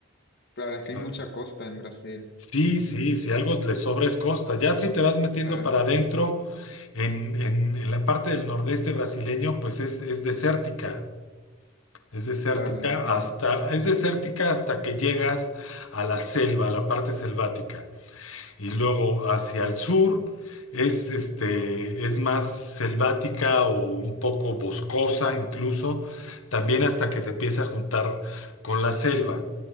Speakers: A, on the left; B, on the left.
A: Claro, es
B: O sea,
A: que hay mucha costa en Brasil.
B: sí, sí, si algo le sobra es costa. Ya si te vas metiendo
A: Claro.
B: para adentro, en, en- en la parte del nordeste brasileño, pues es, es desértica. Es desértica
A: Claro, imagino.
B: hasta, es desértica hasta que llegas a la selva, a la parte selvática. y luego hacia el sur es, este, es más selvática o un poco boscosa incluso, también hasta que se empieza a juntar con la selva.